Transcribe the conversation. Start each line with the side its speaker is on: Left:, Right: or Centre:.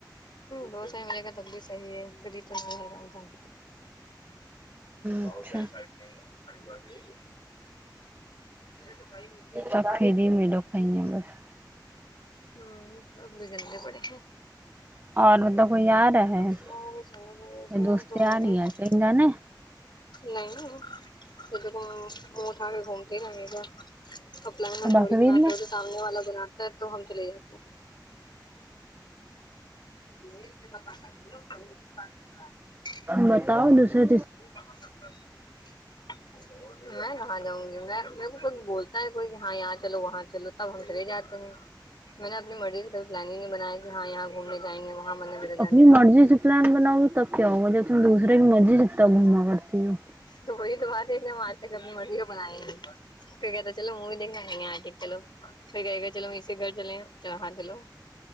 Left: دو سو ہی میرے گا تب بھی صحیح ہے جی چ ہے گا انسان بکنےی
Right: اچھا
Left: باتیے کہ م
Right: سب
Left: بتا
Right: فری
Left: دیے
Right: میں لوگ کہیں ہیں بس
Left: ہوں اب بھی گندے بڑے ہیں
Right: اور مطلب کوئی آ رہا
Left: اماں
Right: ہے
Left: ہو گئے، سونو بھائی ہو گیا
Right: دوستیں
Left: تم
Right: آ
Left: ہو
Right: رہی
Left: گئی
Right: ہیں کہیں جان
Left: نہیں تو د کو مہٹھا کے گھومتے ن یہ گا کلائن
Right: بقرعید
Left: تھوڑی گناتے
Right: میں
Left: ہو تو سامنے والا گ بنات تو ہم چلے جاتے ہیں ج میں
Right: بتاؤ دوسرے تیسرے
Left: کہاں جاؤں گی میں میر کو کوئی بولتا ہے کوئی ہاں یہاں چلو وہاں چلو تب ہم چلے جاتے ہیں میں نے اب می کوئی پلاننگ نہیں بنایا کہ ہاں جائیں گے وہاں من میرا جانے
Right: اپنی
Left: کا
Right: مرضی سے پلان بناؤ تب کیا ہوگا جب تم دوسرے کی مرضی سے تب گھوما کرڑتی ہو
Left: تو وہی تو بات ہے کہ ہم آج تک اپنی مرضی کو بنائ گی تو کہتا چو من ہی دیکھا نہیں آٹ ہیلو ٹھیکائےئے گا چل اسے گھر چلے ہیں ج ہاں چلو